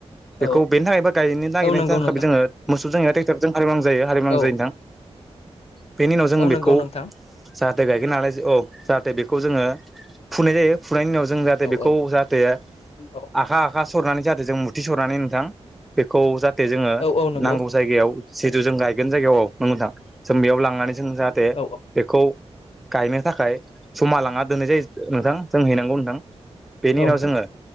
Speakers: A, on the left; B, in the centre.
A: औ
B: बेखौ बेनि थाखायबो गायनो नागिरनाय
A: औ औ नंगौ
B: थाखायबो
A: नोंथां
B: जोङो मोसौ जायो एबा ट्रेक्टरजों हालेवनांगो जायो हालेवनो
A: औ
B: जायो नोथां। बेनि उनाव जों
A: औ
B: बेखौ
A: नंगौ नोंथां
B: जाहाथे गायगोन नालाय औ जाहाथे बेखौ जोङो फुनाय जायो फुनायनि उनाव जों जाहाथे
A: औ
B: बेखौ
A: औ
B: जाहाथे
A: औ
B: आखा आखा सरनानै जाहाते जों मुथि सरनानै नोंथां। बेखौ जाहाथे जोङो
A: औ औ नंगौ
B: नांगौ जायगायाव जिथु जों गाय गायगोन जायगायाव औ नों नोंथां जों बेयाव लांनानै जों जाहाथे
A: औ
B: बेखौ गायनो थाखाय जमा लाङा दोननाय जायो नोंथां जों हैनांगौ नोंथां बेनि
A: औ
B: उनाव जोङो